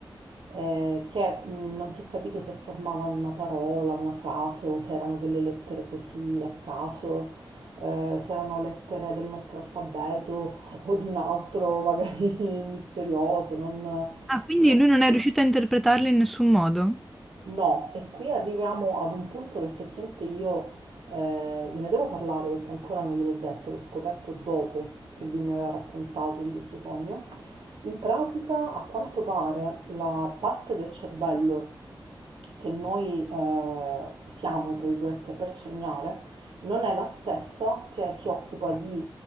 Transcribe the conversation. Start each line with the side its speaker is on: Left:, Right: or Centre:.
Right: eh, che mh, non si è capito se formavano una parola, una frase o se erano delle lettere così a caso, eh, se erano lettere del nostro alfabeto o di un altro magari <laughs> misterioso, non,
Centre: Ah, quindi
Right: No,
Centre: lui non è riuscito a interpretarle in nessun modo?
Right: no, e qui arriviamo ad un punto che effettivamente io eh, gliene devo parlare perché ancora non gliel'ho detto, l'ho scoperto dopo che lui mi aveva raccontato di questo sogno. In pratica, a quanto pare, la parte del cervello che noi eh, usiamo, tra virgolette, per sognare, non è la stessa che si occupa di